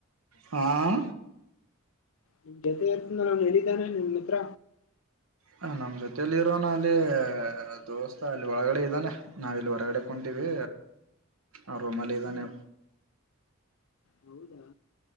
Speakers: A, on the right; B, on the left.
A: ಹಾಂ
B: ನಿಮ್ ಜೊತೆ ಇರ್ತನ ಅವ್ನು ಹೇಳಿದ್ದಾನೆ ನಿಮ ಹತ್ರ
A: ಹಂ ನಮ್ಮ ಜೊತೆಯಲ್ಲಿ ಇರೋನ ಅಲ್ಲಿ ದೋಸ್ತಾ ಅಲ್ಲಿ ಒಳಗಡೆ ಇದ್ದಾನೆ ನಾಾವಿಲ್ಲಿ ಹೊರಗಡೆ ಕುಂತೀವಿ ಆ ರೂಮಲ್ಲಿ ಇದದಾನ
B: ಹ್ಮ್ ಹೌದಾ